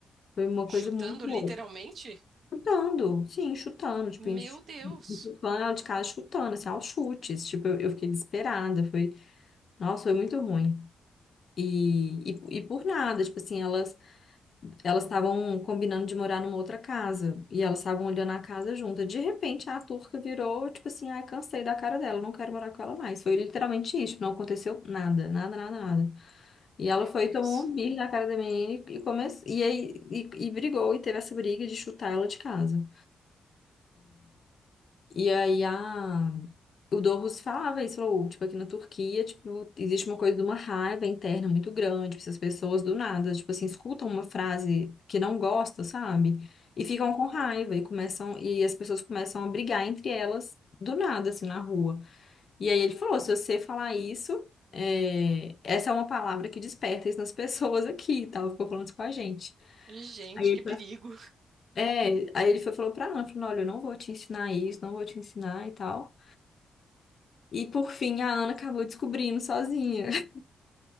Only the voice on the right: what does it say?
Chutando
literalmente?
Meu
Deus.
Meu
Deus.
Uhum.
Gente,
que perigo.